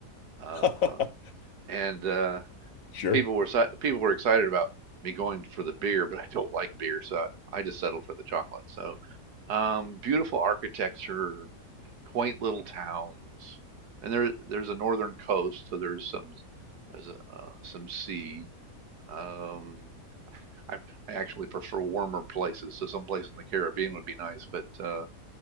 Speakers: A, on the right; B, on the left.
A: Uh,
B: <laughs> okay
A: and uh,
B: sure
A: people were si- people were excited about me going for the beer, but I don't like beer, so I just settled for the chocolate. So, um, beautiful architecture, quaint little towns, and there there's a northern coast, so there's some there's a, uh, some sea. Um, I I actually prefer warmer places, so someplace in the Caribbean would be nice, but uh,